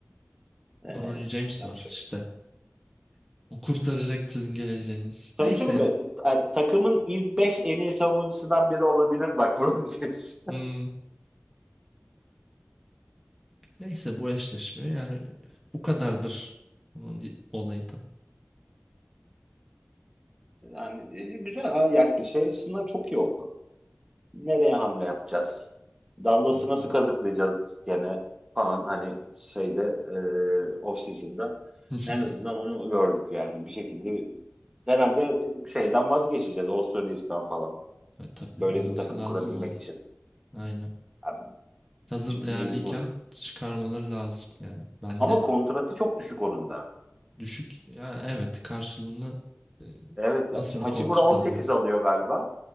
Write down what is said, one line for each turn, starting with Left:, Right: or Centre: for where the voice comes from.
Right: Ee,
Centre: Bronny James
Right: yap-
Centre: var işte. O kurtaracak sizin geleceğiniz.
Right: Sana
Centre: Neyse.
Right: bir şey söyleyeyim mi? Ta- Takımın ilk 5 en iyi savunmacısından biri olabilir. Bak bunu diyeceksin.
Centre: hmm, Neyse bu eşleşme yani bu kadardır onun y- olayı tam.
Right: Yani e, güzel. Ha, Ya bir şey açısından çok iyi oldu. Nereye hamle yapacağız? Dallas'ı
Centre: Hı hı.
Right: nasıl kazıklayacağız gene falan hani şeyde e, off season'da
Centre: <laughs>
Right: en azından onu gördük yani bir şekilde bir- herhalde e, şeyden vazgeçeceğiz Austin Reeves'ten falan
Centre: E, tabii
Right: böyle
Centre: olması
Right: bir takım
Centre: lazım
Right: kurabilmek
Centre: onun.
Right: için
Centre: Aynen.
Right: Yani
Centre: Hazır değerliyken
Right: mecbur
Centre: çıkarmaları lazım yani. Ben
Right: ama
Centre: de
Right: kontratı çok düşük onun da
Centre: düşük. Ya, evet karşılığını e,
Right: evet ya,
Centre: nasıl
Right: Hachimura
Centre: bir kontrat
Right: 18
Centre: alacaksın?
Right: alıyor galiba